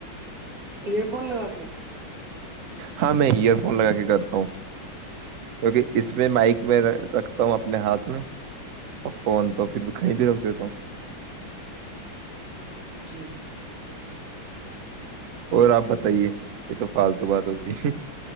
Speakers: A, on the right; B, on the right.
A: ئ <unintelligible> فون لگا کے
B: ہاں میں ایئر فون لگا کے کرتا ہوں کیونکہ اس میں مائک میں رکھتا ہوں اپنے ہاتھ میں اور فون تو پھر کہیں بھی رکھ دیتا ہوں
A: جی
B: اور آپ بتائیے یہ تو فالتو بات ہو گئی